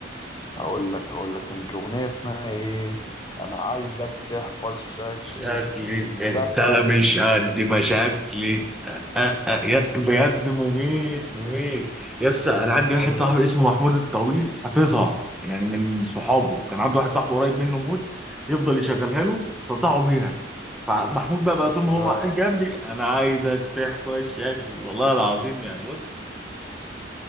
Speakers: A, on the left (about 25°); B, in the centre.
A: اقول لك اقول لك كانت الاغنيه اسمها ايه انا عايزك تحفظ شكلي
B: شكلي
A: انت
B: انت لا
A: بقى
B: مش قد مشاكلي أ- أ- أ- يا- بجد مميت مميت يس انا عندي واحد
A: جامد
B: صاحبي
A: أوي.
B: اسمه محمود الطويل حافظها يعني من صحابه كان عنده واحد صاحبه قريب منه موت يفضل يشغلها له صدعه بيها فمحمود بقى بقى طول ما
A: ما
B: هو قاعد جنبي انا عايزك تحفظ شكلي والله العظيم يعني بص